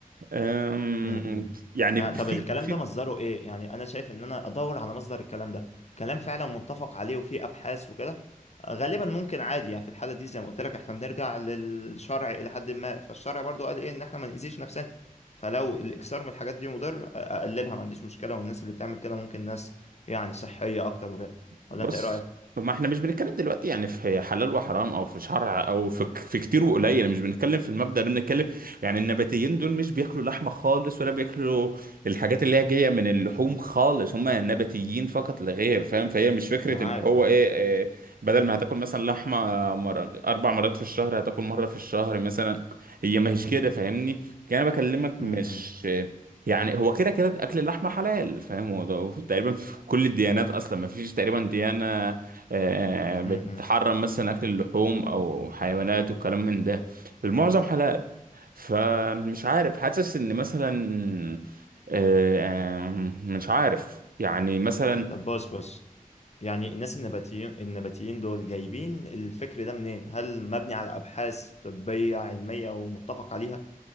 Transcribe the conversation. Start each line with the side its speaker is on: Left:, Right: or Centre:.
Right: أم،
Left: امم
Right: يعني
Left: آه طب
Right: في
Left: الكلام
Right: في
Left: ده مصدره ايه يعني انا شايف ان انا ادور على مصدر الكلام ده كلام فعلا متفق عليه وفيه ابحاث وكده آه، غالبا ممكن عادي يعني في الحاله دي زي ما قلت لك احنا بنرجع للشرع الى حد ما فالشرع برضو قال ايه ان احنا ما نأذيش نفسنا فلو الاكثار من الحاجات دي مضر آه، اقللها ما عنديش مشكله والناس اللي بتعمل كده ممكن ناس يعني صحيه اكتر وكده ولا
Right: بص
Left: انت ايه رايك
Right: ما احنا مش بنتكلم دلوقتي يعني في حلال وحرام او في شرع او في ك- في كتير وقليل مش بنتكلم في المبدأ ده بنتكلم يعني النباتيين دول مش بياكلوا لحمة خالص ولا بياكلوا الحاجات اللي هي جاية من اللحوم خالص هم نباتيين فقط لا غير فاهم فهي مش فكرة
Left: انا عارف
Right: ان هو
Left: عارف
Right: ايه, إيه بدل ما هتاكل مثلا لحمة مرة اربع مرات في الشهر هتاكل مرة في الشهر مثلا هي ما هيش كده فاهمني يعني انا بكلمك
Left: امم
Right: مش يعني هو كده كده اكل اللحمه حلال فاهم هو ده هو في- تقريبا في كل الديانات اصلا ما فيش تقريبا ديانه آه، بتحرم
Left: امم
Right: مثلا اكل اللحوم او حيوانات وكلام من ده المعظم حلال فمش عارف حاسس ان مثلا آه، آه، مش عارف يعني مثلا
Left: طب بص بص يعني الناس النباتيين النباتيين دول جايبين الفكر ده منين؟ هل مبني على أبحاث طبية علمية ومتفق عليها؟